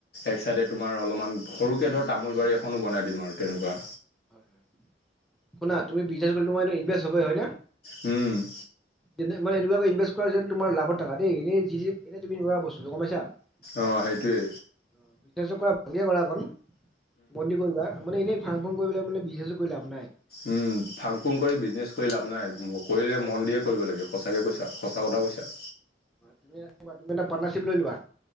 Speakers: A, on the left; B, in the centre.
A: এক চাইডে তোমাৰ অলমান সৰুকে ধৰ তামোল বাৰী এখনো বনাই দিম আৰু তেনেকুৱা।
B: হয় হয়, শুনা তুমি বিজনেছ কৰি তোমাৰ এনে ইনভেষ্ট হবয়ে হয় নে?
A: উম।
B: যেনে মানে এনেকুৱাকে ইনভেষ্ট কৰা যেন তোমাৰ লাভত থাকা দেই এনেই যি যি এনে তুমি নোৱাৰা বস্তুটো গম পাইছা? <unintelligible>
A: অঁ সেইটোৱে
B: কৰা ভালকে কৰা অকণ, মন দি কৰিবা মানে এনে ফাং-ফুং কৰি পেলাই বোলে মানে বিজনেছটো কৰি লাভ নাই।
A: উম ফাং-ফুং কৰি বিজনেছ কৰি লাভ নাই, কৰিলে মন দিয়ে কৰিব লাগে সঁচাকে
B: হয়,
A: কৈছা
B: হয়।
A: সঁচা কথা কৈছা।
B: <unintelligible> পাৰ্টনাৰশ্বিপ লৈ লোৱা।